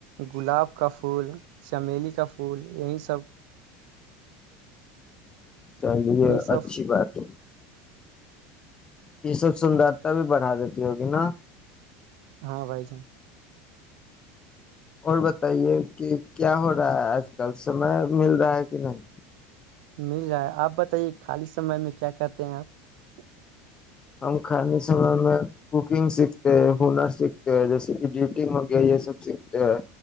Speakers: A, on the right; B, on the left.
A: گلاب کا پھول چمیلی کا پھول یہی سب
B: چلیے
A: یہی سب
B: اچھی بات ہے یہ سب سندرتا بھی بڑھا دیتی ہوگی نا
A: ہاں بھائی جان
B: اور بتائیے کہ کیا ہو رہا ہے آج کل سمے مل رہا ہے کہ نہیں
A: مل جائےیں آپ بتائیے خالی سے سمے میں کیا کہتے ہیں آپ <unintelligible>
B: ہم کھے سمے میں کوکنگ سیکھتے ہیں ہنر سیکھتے ہیں جیسے ایڈیٹگ ہو گیا یہ سب سیکھتے ہیں